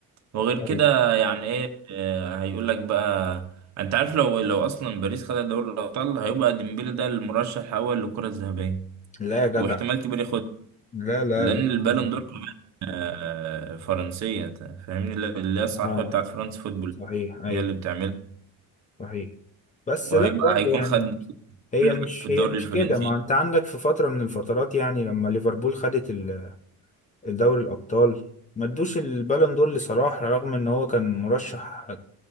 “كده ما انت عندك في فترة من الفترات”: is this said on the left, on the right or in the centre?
Left